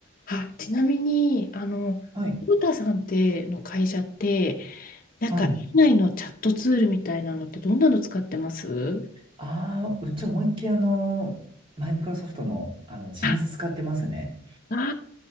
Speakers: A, on the left; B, on the right.
A: あ、ちなみに、あの、
B: はい、
A: ローターさんっての会社って、なんか、
B: はい。
A: 社内のチャットツールみたいなのってどんなの使ってます
B: ああ、うち思いっきりあの、マイクロソフトの、あの、Teams
A: あ、
B: 使ってますね。
A: あ